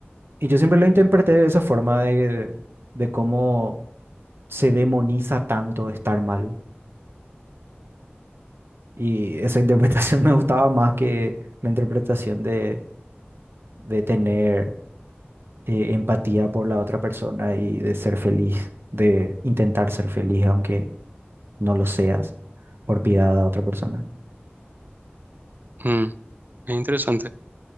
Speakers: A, on the right; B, on the right.
A: Y yo siempre lo interpreté de esa forma de, de cómo se demoniza tanto estar mal. Y esa interpretación <laughs> me gustaba más que la interpretación de, de tener eh, empatía por la otra persona y de ser feliz, de intentar ser feliz aunque no lo seas, por piedad a otra persona.
B: Mm, es interesante.